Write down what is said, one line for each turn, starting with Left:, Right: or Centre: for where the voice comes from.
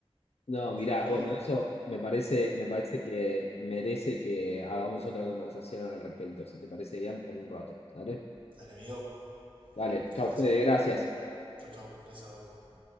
Left: No, mirá,
Right: Pero
Left: bueno,
Right: bueno,
Left: eso me parece, me parece que merece que hagamos otra conversación al respecto, si te parece bien, en un rato. Dale,
Right: dale amigo,
Left: dale, chau,
Right: abrazo.
Left: Fede, gracias.
Right: Chau, chau, gracias a vos.